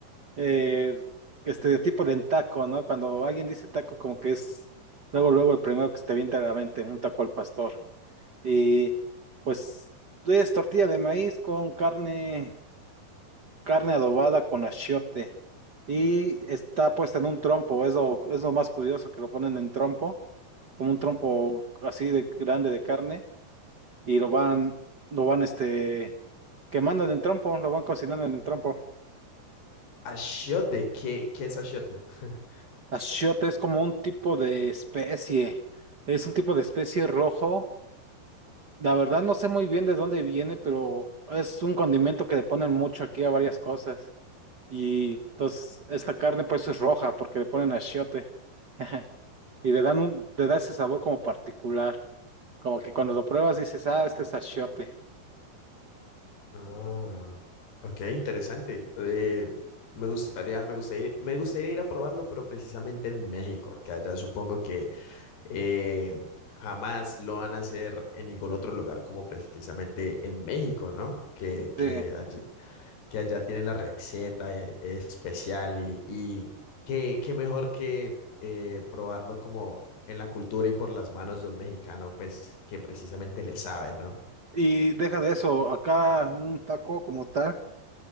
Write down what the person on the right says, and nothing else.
el estereotipo del taco, ¿no? Cuando alguien dice taco, como que es luego, luego el primero que se te viene a la mente, un taco al pastor. Y pues es tortilla de maíz con carne, carne adobada con achiote. Y está puesta en un trompo, es lo, es lo más curioso que lo ponen en trompo, como un trompo así de grande de carne y lo van, lo van este, quemando en el trompo, lo van cocinando en el trompo.
Achiote es como un tipo de especie, es un tipo de especie rojo. La verdad no sé muy bien de dónde viene, pero es un condimento que le ponen mucho aquí a varias cosas. Y entonces esta carne pues es roja porque le ponen achiote. <laughs> Y le dan un, le da ese sabor como particular. Como que cuando lo pruebas dices, ah, este es achiote.
Sí.
Y deja de eso, acá un taco como tal.